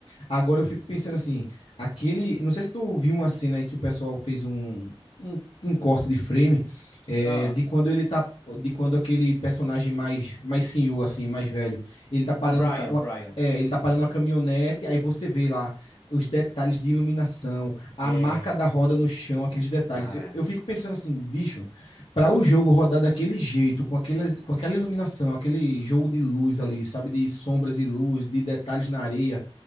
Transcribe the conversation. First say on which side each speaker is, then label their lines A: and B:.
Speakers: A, on the left (about 65°); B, on the left (about 25°).
A: Agora eu fico pensando assim, aquele. Não sei se tu viu uma cena aí que o pessoal fez um, um, um corte de frame é,
B: Ah,
A: de quando ele tá. De quando aquele personagem mais, mais senhor, assim, mais velho, ele tá parando
B: o Brian,
A: um ca- uma,
B: Brian.
A: é, ele tá parando uma caminhonete, aí você vê lá os detalhes de iluminação, a
B: É,
A: marca da roda no chão, aqueles detalhes.
B: cara.
A: Eu, eu fico pensando assim, bicho, para o jogo rodar daquele jeito, com aquelas, com aquela iluminação, aquele jogo de luz ali, sabe, de sombras e luz, de detalhes na areia